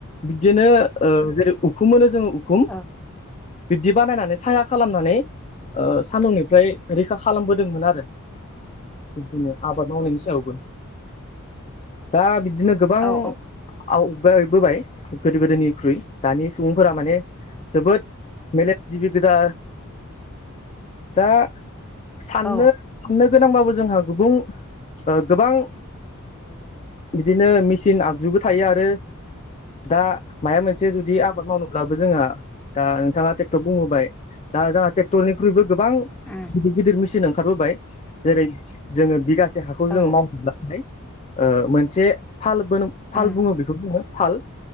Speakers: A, on the left; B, in the centre.
A: बिदिनो ओ जेरै उखुम मोनो जों उखुम
B: ओ
A: बिबदि बानायनानै साया खालामनानै ओ सान्दुंनिफ्राय रैखा खालामबोदोंमोन आरो बिब्दिनो आबाद मावनायनि सायावबो दा बिदिनो गोबां
B: औ
A: आवगायबोबाय गोदो गोदोनिख्रुइ दानि सुबुंफोरा माने जोबोद मेलेमजिबि गोजा दा साननो
B: औ
A: साननो गोनांबाबो जोंहा गुबुं गोबां बिदिनो मिसिन आगजुबो थायो आरो दा माया मोनसे जुदि आबाद मावनो अब्लाबो जोंहा दा नोंथाङा टेट' बुंबोबाय दा जोंथ ट्रेक्टरनिख्रुइबो गोबां
B: उम
A: गिदिर गिदिर मेसिन ओंखारबोबाय जेरै जोङो बिगासे हाख खौ
B: औ
A: जोङो मावनोब्लाथाय ओ मोनसे थालबोन
B: उम
A: फाल बुङो बेखौ बुङो फाल